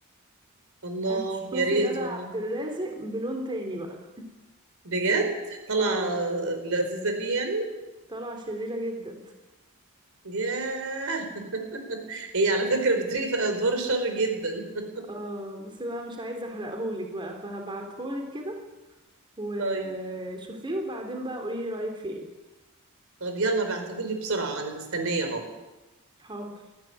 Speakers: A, on the right (about 70°); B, on the right (about 25°).
A: الله
B: هتشوفي
A: يا ريت
B: غادة
A: والله
B: عبد الرازق بلون تاني بقى
A: بجد طلع
B: اه
A: لذيذة فيه يعني
B: طالعة شريرة جدا
A: ياه <laughs> هي على فكرة بتريق في أدوار الشر جدا <laughs>
B: اه بصي بقى مش عايزة احرقهولك بقى فهبعتهولك كده وشوفيه
A: طيب
B: وبعدين بقى قوليلي رأيك فيه ايه
A: طب يلا بعتهولي بسرعة أنا مستنية أهو
B: حاضر